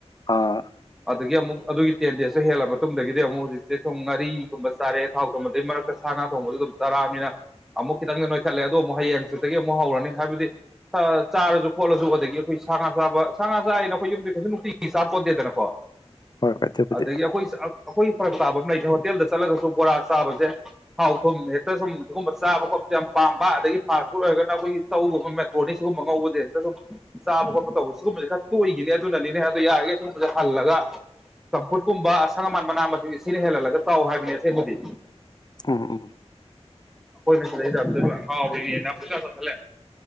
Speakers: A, on the left; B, in the centre.
A: ꯑꯥ
B: ꯑꯗꯒꯤ ꯑꯃꯨꯛ ꯑꯗꯨꯒꯤ ꯇꯦꯟ ꯗꯦꯖꯇ ꯍꯦꯜꯂ ꯃꯇꯨꯡꯗꯒꯤꯗꯤ ꯑꯃꯨꯛ ꯍꯧꯖꯤꯛꯁꯦ ꯁꯨꯝ ꯉꯥꯔꯤꯒꯨꯝꯕ ꯆꯥꯔꯦ ꯊꯥꯎ ꯊꯣꯡꯕꯗꯨꯩ ꯃꯔꯛꯇ ꯁꯥ ꯉꯥ ꯊꯣꯡꯕꯗꯨ ꯑꯗꯨꯝ ꯆꯔꯑꯕꯅꯤꯅ ꯑꯃꯨꯛ ꯈꯤꯇꯪ ꯅ ꯈꯠꯂꯦ ꯑꯗꯣ ꯑꯃꯨꯛ ꯍꯌꯦꯡꯁꯤꯗꯒꯤ ꯑꯃꯨꯛ ꯍꯧꯔꯅꯤ ꯍꯥꯏꯕꯗꯤ ꯆꯥꯔꯁꯨ ꯈꯣꯠꯂꯁꯨ ꯑꯗꯒꯤ ꯑꯩꯈꯣꯏ ꯁꯥ ꯉꯥ ꯆꯥꯕ ꯁꯥ ꯉꯥ ꯆꯥꯅ ꯑꯩꯈꯣꯏ ꯌꯨꯝꯗꯤ ꯀꯩꯁꯨ ꯅꯨꯡꯇꯤꯒꯤ ꯆꯥꯄꯣꯠꯇꯦꯗꯅꯀꯣ
A: ꯍꯣꯏ ꯍꯣꯏ ꯑꯗꯨꯕꯨꯗꯤ
B: ꯑꯗꯒꯤ ꯑꯩꯈꯣꯏ ꯑꯩꯈꯣꯏ ꯐꯔꯛ ꯇꯥꯕ ꯂꯩꯇꯦ ꯍꯣꯇꯦꯜꯗ ꯆꯠꯂꯒꯁꯨ ꯕꯣꯔꯥ ꯆꯥꯕꯁꯦ ꯍꯥꯎ ꯊꯨꯝ ꯍꯦꯛꯇ ꯁꯨꯝ ꯁꯤꯨꯝꯕ ꯆꯥꯕ ꯈꯣꯠꯄꯁꯦ ꯌꯥꯝ ꯄꯥꯝꯕ ꯑꯗꯒꯤ ꯐꯥꯁ ꯐꯨꯗ ꯑꯣꯏꯔꯒꯅ ꯑꯩꯈꯣꯏꯒꯤ ꯆꯧꯒꯨꯝꯕ ꯃꯦꯇ꯭ꯔꯣꯅꯤ ꯁꯤꯒꯨꯝꯕ ꯑꯉꯧꯕꯁꯦ ꯍꯦꯛꯇ ꯁꯨꯝ ꯆꯥꯕ ꯈꯣꯠꯄ ꯇꯧꯕ ꯁꯤꯒꯨꯝꯕꯁꯦ ꯈꯔ ꯇꯣꯏꯏꯈꯤꯅꯤ ꯑꯗꯨꯅꯅꯤꯅꯦ ꯑꯗꯨꯗꯣ ꯌꯥꯔꯒꯦ ꯁꯤꯒꯨꯝꯕꯁꯦ ꯍꯜꯂꯒ ꯆꯝꯐꯨꯠꯀꯨꯝꯕ ꯑꯁꯪ ꯑꯃꯥꯟ ꯃꯅꯥ ꯃꯁꯤꯡꯁꯦ ꯁꯤꯅ ꯍꯦꯜꯍꯜꯂꯒ ꯆꯥꯎ ꯍꯥꯏꯕꯅꯦ ꯑꯁꯦꯡꯕꯗꯤ
A: ꯑꯝ ꯎꯝ
B: ꯑꯩꯣꯏꯅꯁ ꯂꯩꯦ ꯥꯎꯅꯦꯅ ꯄꯩꯁꯥ ꯆꯁꯤꯜꯂꯦ